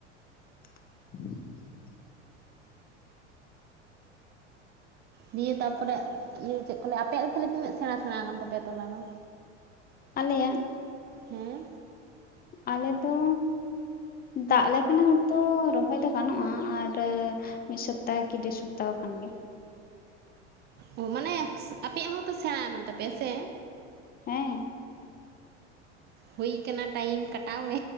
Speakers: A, on the left; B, on the right.
A: <unintelligible>
B: ᱫᱤᱭᱮ ᱛᱟᱨᱯᱚᱨᱮ ᱤᱭᱟᱹ ᱪᱮᱫ ᱠᱚ ᱞᱟᱹᱭᱟ ᱟᱯᱮᱭᱟᱜ ᱛᱟᱞᱮ ᱛᱤᱱᱟᱹᱜ ᱥᱮᱬᱟ ᱥᱮᱬᱟ ᱟᱠᱟᱱ ᱛᱟᱯᱮᱭᱟ ᱴᱚᱞᱟ ᱫᱚ?
A: ᱟᱞᱮᱭᱟᱜ
B: ᱦᱮᱸ
A: ᱟᱞᱮ ᱫᱚ ᱫᱟᱜ ᱞᱮᱠᱷᱟᱱ ᱦᱚᱭᱛᱚ ᱨᱚᱦᱚᱭ ᱫᱚ ᱜᱟᱱᱚᱜᱼᱟ ᱟᱨ ᱢᱤᱫ ᱥᱚᱯᱛᱟᱦ ᱠᱤ ᱰᱮᱲ ᱥᱚᱯᱛᱟᱦᱚ ᱚᱛ ᱠᱷᱟᱱ ᱜᱮ
B: ᱚ ᱢᱟᱱᱮ ᱟᱯᱮᱭᱟᱜ ᱦᱚᱸᱛᱚ ᱥᱮᱬᱟ ᱟᱠᱟᱱ ᱛᱟᱯᱮᱭᱟ ᱥᱮ
A: ᱦᱮᱸ
B: ᱦᱩᱭ ᱠᱟᱱᱟ ᱴᱟᱭᱤᱢ ᱠᱟᱴᱟᱣ ᱢᱮ